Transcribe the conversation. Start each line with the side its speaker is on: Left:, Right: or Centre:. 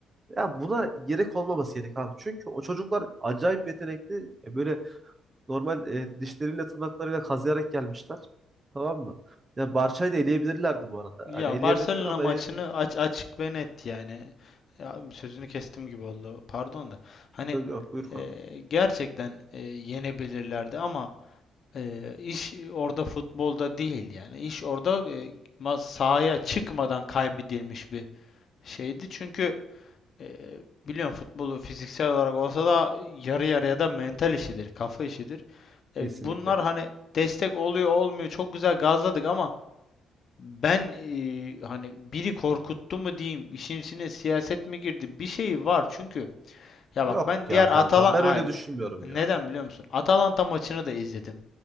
Right: Ya buna gerek olmaması gerek abi. Çünkü o çocuklar acayip yetenekli. E, böyle Normal e, dişleriyle tırnaklarıyla kazıyarak gelmişler. Tamam mı? Ya Barça'yı da eleyebilirlerdi bu arada.
Left: Ya
Right: Hani eleyemediler
Left: Barcelona
Right: ama
Left: maçını
Right: eleyebilir.
Left: aç açık ve net yani. Ya sözünü kestim gibi oldu. Pardon da. Hani
Right: Yok yok buyur
Left: e,
Right: kanka.
Left: gerçekten e, yenebilirlerdi ama e, iş orada futbolda değil yani. İş orada e, ma- sahaya çıkmadan kaybedilmiş bir şeydi. Çünkü e, biliyorsun futbolu fiziksel olarak olsa da yarı yarıya da mental işidir, kafa işidir. E,
Right: Kesinlikle.
Left: bunlar hani destek oluyor olmuyor çok güzel gazladık ama ben eee, hani biri korkuttu mu diyeyim, işin içine siyaset mi girdi? Bir şey var çünkü. Ya
Right: Yok
Left: bak ben diğer
Right: ya
Left: Atalan
Right: kankam ben
Left: hayır.
Right: öyle düşünmüyorum
Left: Neden
Right: ya.
Left: biliyor musun? Atalanta maçını da izledim.